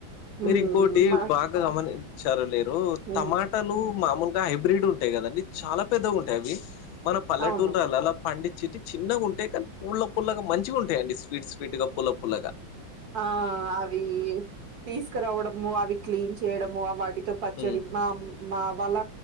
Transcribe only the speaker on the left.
మీరు ఇంకోటి
బాగా గమనించారోలేదో
టమాటాలు మామూలు హైబ్రిడ్ ఉంటాయి కదండి చాలా పెద్దగ ఉంటాయి అవి మన పల్లెటూర్లల్ల
పండించేటి చిన్నగుఉంటాయి కానీ పూల్ల పూల్లగా మంచిగా ఉంటాయండి స్వీట్ స్వీట్ గా పూల్ల పూల్లగా
హ్మ్.